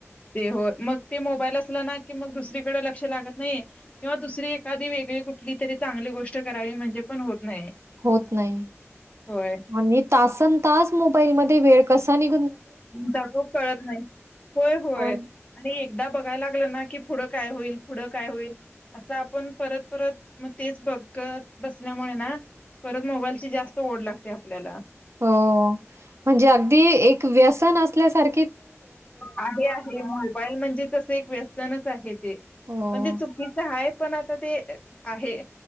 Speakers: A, on the left; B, on the right.
A: ते हो मग ते मोबाईल असल ना की मग दुसरी कडं लक्ष लागत नाही किंवा दुसरी एखादी वेगळी कुठली तरी चांगली गोष्ट करावी म्हणजे पण होत नाही
B: होत नाही
A: होय.
B: आणि तासन तास मोबाईल मध्ये वेळ कसा नि
A: जातो कळत नाही होय होय
B: हां.
A: आणि एकदा बघायला लागलं ना की, पुढ काय होईल पुढ काय होईल असं आपण परत परत म तेच बघत बसल्यामुळे ना परत मोबाईलची जास्त ओढ लागते आपल्याला.
B: हो म्हणजे अगदी एक व्यसन असल्यासार
A: आहे आहे मोबाईल म्हण जेच तस एक वेसनच आहे ते
B: हो.
A: पण जे चुकीचं आहे पण आता ते आहे.